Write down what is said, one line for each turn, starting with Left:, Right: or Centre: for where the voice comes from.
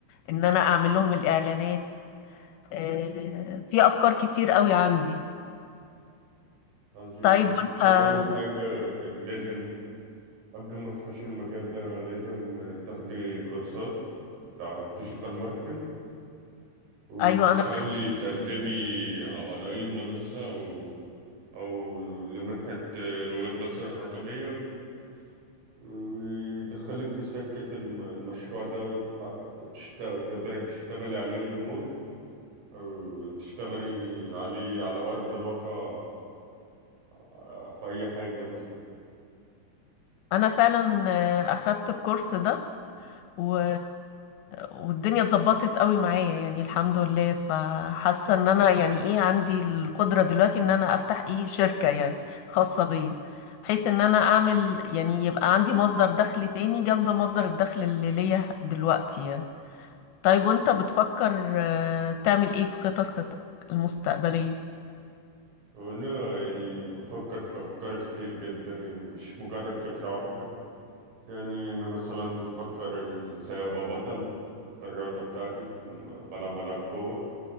Left: ان انا اعمل لهم الاعلانات آه، في افكار كتير قوي عندي
Right: عظيم
Left: طيب وانت
Right: انت اول حاجة
Left: بت-
Right: كان لازم قبل ما تخش المجال ده لازم آه، تاخدي كورسات بتاع ديجيتال ماركتنج وتحاولي
Left: ايوه انا
Right: تقدمي على أي منصة أو أو لمنحة رواد مصر الرقمية و- ويدخلك في سكة الم- المشروع ده وتح- وتشت- وتقدري تشتغلي عليه ريموت أو تشتغلي عليه على أرض الواقع آه، في أي حاجة مثلا
Left: انا فعلا آه، اخدت الكورس ده و... والدنيا اتظبطت قوي معايا يعني الحمد لله فحاسه ان انا يعني ايه عندي القدره دلوقتي ان انا افتح ايه شركه يعني خاصه بيا بحيث ان انا اعمل يعني يبقى عندي مصدر دخل تاني جنب مصدر الدخل اللي ليا دلوقتي يعني طيب وانت بتفكر آه، تعمل ايه في خططك المستقبلية
Right: وأنا يعني بفكر في أفكار كتير جدا يعني مش مجرد فكرة واحدة يعني انه مثلا بفكر ازاي ابقى بطل في الرياضة بتاعتي م- بلعب العاب قوة